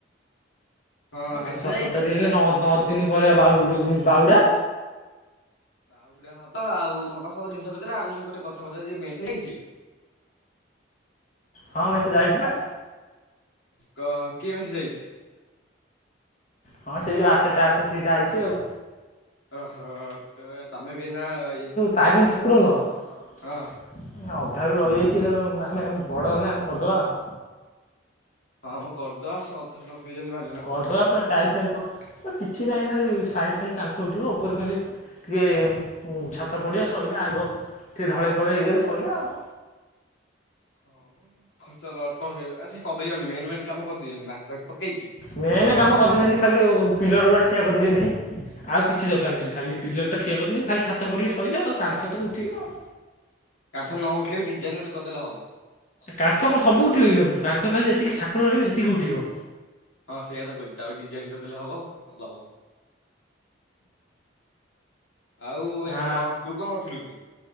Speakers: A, on the left; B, on the left.
A: ହଁ
B: ଆଉ
A: ମେସେଜ
B: ସତ
A: ଆଇଛି।
B: ତାରିଖ ହେଲେ ନଅ ନଅ ଦିନି ପରେ ଆଉ ବାହୁଁ ଗୁ ବାହୁଡ଼ା।
A: ବାଉଡା ହବ ଆଉ ହବ ସବୁ ଜିନିଷ ପତ୍ର ଆଉ ମୁଁ ଗୋଟେ କଥାପଚାରୁଛି ମିସ ହେଇଛି କି?
B: <inaudible> ହଁମେସେଜ ଆଇଛିିବା।
A: କ କି ମେସେଜ୍ ଆଇଛି?
B: ହଁ ସେ ଯୋଉ ଆସେଟାସ ସେଇଟା ଆଇଛି ଆଉ।
A: ଓହୋ ତେବେ ତମେ ବି ଏଇନା ଇଏ।
B: ତାରିଣ ଠାକୁର ନୁହଁ
A: ହଁ।
B: <unintelligible> ଅଧାରୁ ରହିଯାଇଛି ଆଉ ଆମେ ଆମେ ବଡ଼ ହେଲେ ଆମେ କରିଦେବା ଆଉ।
A: ହଁ ଆମ କରିଦବା ସେ ଅଧାରେ ପଖେଇଛନ୍ତି ଭା
B: କରିଦବା ପୁରା ଟାଇଲ ଫାଇଲ ପ୍ ବଟ୍ କିଛି ନାହିଁ ଖାଲି ସାଇଡ଼୍ ଖାଲି କାନ୍ଥ ଉଠିବ, ଉପରେ ଖାଲି ଟିକେ ହ ଛାତ ପଡ଼ିଆ ଶଇଲେ ଆଗ ଟିକେ ଢଳେଇ ଫଳେଇ ହେଇଗଲେ ଶଇଲା ଆଉ।
A: ହଁ ମ ଖର୍ଚ୍ଚ ଅଳ୍ପ ହେଇ ସେ କହିଦେଇଛନ୍ତି ମେନ ମେନ କାମ କରିଦେଇଛନ୍ତି, ମାଟି ଫାଟି ପକେଇକି
B: ମେନ୍
A: ଘର ଫର
B: କାମ
A: କରିଦେଇଛନ୍ତି।
B: ଖାଲି ପିଲର ଗୁଡ଼ା ଠିଆ କରିଦେଇଛନ୍ତି। ଆଉ କିଛି ଦରକାର ନାହିଁ, ଖାଲି ପିଲଟ ଟା ଠିଆ କରିଛନ୍ତି ଖାଲି ଛାତ ପଡିବ ଶଇଲା ଆଉ କାନ୍ଥ ତ ଉଠିବ ଆଉ।
A: କାନ୍ଥ ନ ଉଠିଲେ ବି ଡିଜାଇନ୍ ଗୋଟେ କରିଦେଲେ ହବ।
B: କାନ୍ଥ କଣ ସବୁ ଉଠିବ ବି ଭାବୁଛୁ କାନ୍ଥ ଖାଲି ଯେତିକି ଠାକୁର ରହିବେ ସେତିକି ଉଠିବ।
A: ହଁ ସେଇଆ ତ କହୁଚି ତାପରେ ଡିଜାଇନ କରିଦେଲେ ହବ, ଭଲ ହବ। ଆଉ ଏଇନା
B: ଆ
A: କଣ, ତୁ କଣ କରୁଥିଲୁ କି?